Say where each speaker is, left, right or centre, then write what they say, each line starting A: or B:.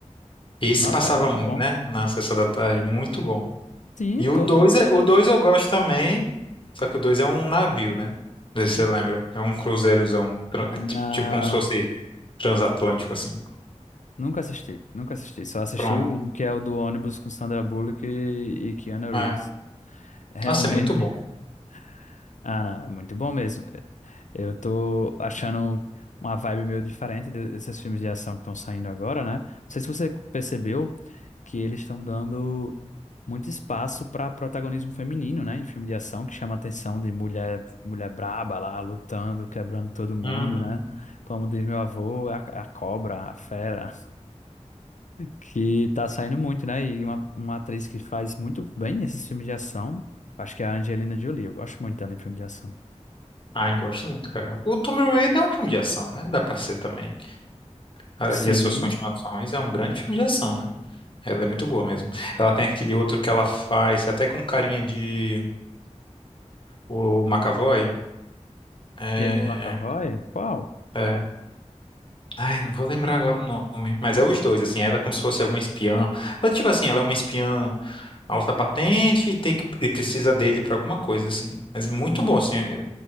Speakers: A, on the left; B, on the left.
A: Esse
B: Nossa,
A: passava
B: é muito
A: muito,
B: bom.
A: né? Na sessão da tarde, muito bom.
B: Sim,
A: E o
B: todo,
A: 2 é,
B: todo,
A: o 2 eu gosto também, só que o 2 é um navio, né? Não sei se você lembra. É um cruzeirozão, tran- é
B: Na...
A: ti- tipo como se fosse transatlântico, assim.
B: Nunca assisti, nunca assisti. Só assisti
A: Pronto.
B: o um, que é o do ônibus com Sandra Bullock e, e Keanu
A: É.
B: Reeves. Realmente.
A: Nossa, é muito bom.
B: <laughs> Ah, não, é muito bom mesmo. Eu tô achando uma vibe meio diferente de- desses filmes de ação que estão saindo agora, né? Não sei se você percebeu que eles estão dando muito espaço para protagonismo feminino, né? Em filme de ação, que chama a atenção de mulher, mulher braba lá, lutando, quebrando todo mundo,
A: Uhum.
B: né? Como diz meu avô, a, a cobra, a fera. que tá saindo muito, né? E uma, uma atriz que faz muito bem esses filmes de ação, acho que é a Angelina Jolie. Eu gosto muito dela em filme de ação.
A: Ai, gosto muito, cara. O Tomb Raider é um filme de ação, né? Dá pra ser também. Ah,
B: Sim,
A: E as suas continuações é um grande filme de ação, né? Ela é muito boa mesmo. Ela tem aquele outro que ela faz, até com carinha de o McAvoy. É,
B: James McAvoy? Qual?
A: é. Ai, não vou lembrar agora o nome, mas é os dois, assim, ela é como se fosse alguma espiã. Ela, tipo assim, ela é uma espiã alta patente e tem que e precisa dele pra alguma coisa, assim. Mas é muito bom, assim, é,